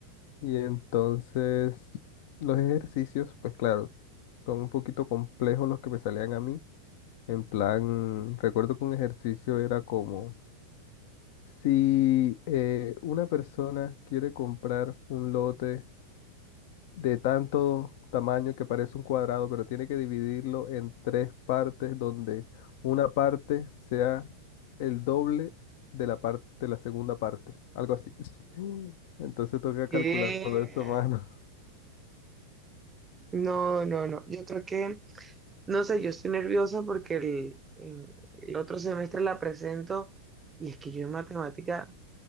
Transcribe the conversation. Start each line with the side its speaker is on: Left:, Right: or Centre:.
Left: Y entonces los ejercicios, pues claro, son un poquito complejos los que me salían a mí. En plan, recuerdo que un ejercicio era como Si eh, una persona quiere comprar un lote de tanto tamaño que parece un cuadrado, pero tiene que dividirlo en tres partes donde una parte sea el doble de la parte, de la segunda parte, algo así. <laughs> Entonces toca calcular
Right: Eh,
Left: todo eso, <laughs> mano.
Right: No, no, no. Yo creo que, no sé, yo estoy nerviosa porque el, en- el otro semestre la presento y es que yo en matemática